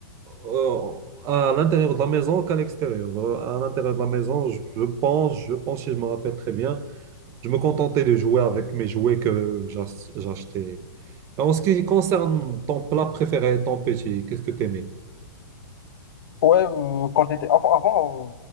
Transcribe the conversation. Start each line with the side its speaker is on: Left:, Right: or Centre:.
Right: euh, à l'intérieur de la maison qu'à l'extérieur. Euh, À l'intérieur de la maison, je, je pense, je pense, si je me rappelle très bien, je me contentais de jouer avec mes jouets que j'ach- j'achetais. En ce qui concerne ton plat préféré, ton petit, qu'est-ce que t'aimais?
Left: Ouais, euh, quand j'étais avant, avant,